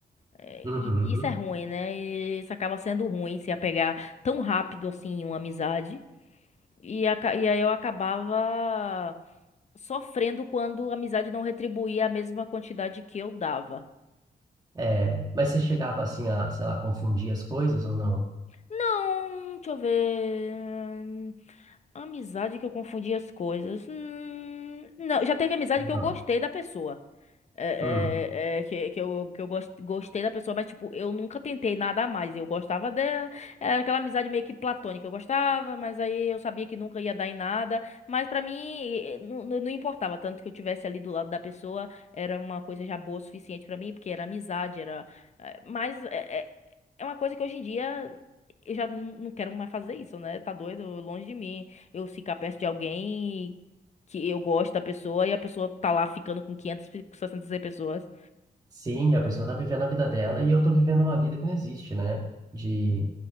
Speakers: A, on the left; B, on the right.
A: É,
B: uhum.
A: e- e Isso é ruim, né? E Isso acaba sendo ruim se apegar tão rápido assim em uma amizade. E, aca- e aí eu acabava sofrendo quando a amizade não retribuía a mesma quantidade que eu dava.
B: É, mas você chegava assim a, sei lá, confundir as coisas ou não?
A: Não, deixa eu ver. hum, Amizade que eu confundi as coisas. Hum, não, já teve amizade
B: Não.
A: que eu gostei da pessoa. É,
B: Hum.
A: é, é, que, que eu, que eu gos- gostei da pessoa, mas, tipo, eu nunca tentei nada a mais. Eu gostava dela, era aquela amizade meio que platônica. Eu gostava, mas aí eu sabia que nunca ia dar em nada. Mas pra mim, eh, não, não não importava. Tanto que eu tivesse ali do lado da pessoa, era uma coisa já boa o suficiente pra mim, porque era amizade, era. eh, Mas é, é é uma coisa que hoje em dia. Eu já n- não quero mais fazer isso, né? Tá doido, longe de mim. Eu ficar perto de alguém que eu gosto da pessoa e a pessoa tá lá ficando com 500, 600 pessoas
B: Sim, a pessoa tá vivendo a vida dela e eu tô vivendo uma vida que não existe, né? De,